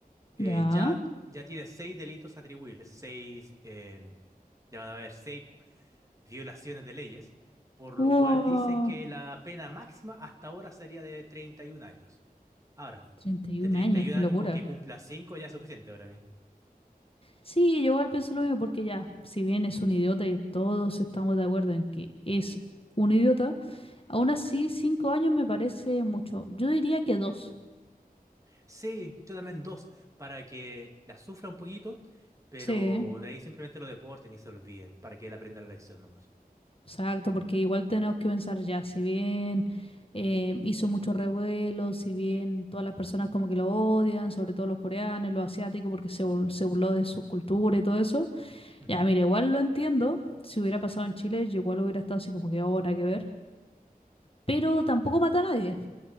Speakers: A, on the right (about 20°); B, on the left (about 35°).
A: eh,
B: Ya.
A: ya, ya tiene seis delitos atribuibles, seis, eh, ya van a haber seis violaciones de leyes, por
B: Wow.
A: lo cual dicen que la pena máxima hasta ahora sería de 31 años. Ahora,
B: 31
A: de 31
B: años, qué
A: años
B: locura.
A: con que cumpla 5 ya es suficiente para mí.
B: Sí, yo igual pienso lo mismo porque ya, si bien es un idiota y todos estamos de acuerdo en que es un idiota, aún así cinco años me parece mucho. Yo diría que dos.
A: Sí, yo también dos, para que la sufra un poquito, pero
B: Sí,
A: de ahí simplemente lo deporten y se olviden, para que él aprenda la lección nomás.
B: exacto, porque igual tenemos que pensar ya, si bien eh, hizo mucho revuelo, si bien todas las personas como que lo odian, sobre todo los coreanos, los asiáticos, porque se, bur- se burló de su cultura y todo eso.
A: Ujú.
B: Ya, mira, igual lo entiendo. Si hubiera pasado en Chile, yo igual hubiera estado así como que ahora que ver. Pero tampoco mata a nadie.